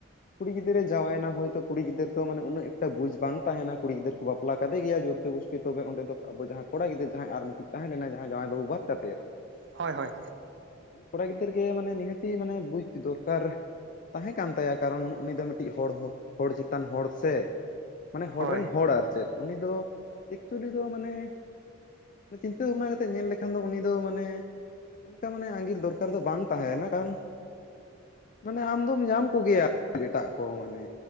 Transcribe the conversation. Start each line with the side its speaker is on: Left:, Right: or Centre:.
Left: ᱠᱩᱲᱤ ᱜᱤᱫᱽᱨᱟᱹ ᱡᱟᱶᱟᱭ ᱱᱟ ᱦᱚᱭᱛᱳ ᱠᱩᱲᱤ ᱜᱤᱫᱟᱹᱨ ᱫᱚ ᱢᱟᱱᱮ ᱩᱱᱟᱹᱜ ᱮᱠᱴᱟ ᱵᱩᱡᱽ ᱵᱟᱝ ᱛᱟᱦᱮᱱᱟ, ᱠᱩᱲᱤ ᱜᱤᱫᱟᱹᱨ ᱠᱚ ᱵᱟᱯᱞᱟ ᱠᱟᱫᱮ ᱜᱮᱭᱟ ᱡᱳᱨ ᱡᱳᱵᱚᱥᱛᱤ ᱛᱚᱵᱮ ᱚᱸᱰᱮ ᱫᱚ ᱟᱵᱚ ᱡᱟᱦᱟᱸᱭ ᱠᱚᱲᱟ ᱜᱤᱫᱟᱹᱨ ᱡᱟᱦᱟᱸᱭ ᱟᱨ ᱢᱤᱫᱴᱤᱡ ᱛᱟᱦᱮᱸ ᱞᱮᱱᱟ, ᱡᱟᱦᱟᱸᱭ ᱡᱟᱶᱟᱭ ᱵᱟᱦᱩ ᱵᱟᱫ ᱠᱟᱛᱮᱫ᱾
Right: ᱦᱳᱭ, ᱦᱳᱭ,
Left: ᱩᱱᱤ ᱠᱚᱲᱟ ᱜᱤᱫᱟᱹᱨ ᱜᱮ ᱢᱟᱱᱮ ᱱᱤᱦᱟᱹᱛᱤ ᱢᱟᱱᱮ ᱵᱩᱡ ᱫᱚᱨᱠᱟᱨ ᱛᱟᱦᱮᱸ ᱠᱟᱱ ᱛᱟᱭᱟ᱾ ᱠᱟᱨᱚᱱ ᱩᱱᱤ ᱫᱚ ᱢᱤᱫᱴᱤᱡ ᱦᱚᱲᱦᱚ ᱦᱚᱲ ᱪᱮᱛᱟᱱ ᱦᱚᱲ ᱥᱮ᱾ ᱢᱟᱱᱮ ᱦᱚᱲ
Right: ᱦᱳᱭ
Left: ᱨᱮᱱ ᱦᱚᱲ ᱟᱨ ᱪᱮᱫ ᱩᱱᱤ ᱫᱚ᱾ ᱮᱠᱪᱩᱭᱮᱞᱤ ᱫᱚ ᱢᱟᱱᱮ ᱪᱤᱱᱛᱟᱹ ᱵᱷᱟᱵᱽᱱᱟ ᱠᱟᱛᱮᱫ ᱧᱮᱞ ᱞᱮᱠᱷᱟᱱ ᱫᱚ ᱩᱱᱤ ᱫᱚ ᱢᱟᱱᱮ ᱚᱱᱠᱟ ᱢᱟᱱᱮ ᱟᱸᱜᱤᱨ ᱫᱚᱨᱠᱟᱨ ᱫᱚ ᱵᱟᱝ ᱛᱟᱦᱮᱸᱮᱱᱟ, ᱠᱟᱨᱚᱱ ᱢᱟᱱᱮ ᱟᱢ ᱫᱚᱢ ᱧᱟᱢ ᱠᱚᱜᱮᱭᱟ ᱮᱴᱟᱜ ᱠᱚ ᱢᱟᱱᱮ